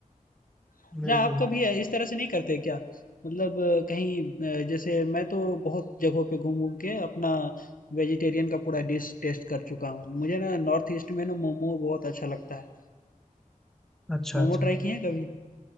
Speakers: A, on the left; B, in the centre.
A: अच्छा
B: बिल्कुल।
A: आप कभी इस तरह से नहीं करते क्या मतलब अ, कहीं अ, जैसे मैं तो बहुत जगहों पे घूम घूम के अपना वेजिटेरियन का पूरा डिश टेस्ट कर चुका हूँ मुझे ना नॉर्थ ईस्ट में ना मोमो बहुत अच्छा लगता है
B: अच्छा,
A: मोमो
B: अच्छा।
A: ट्राई किए हैं कभी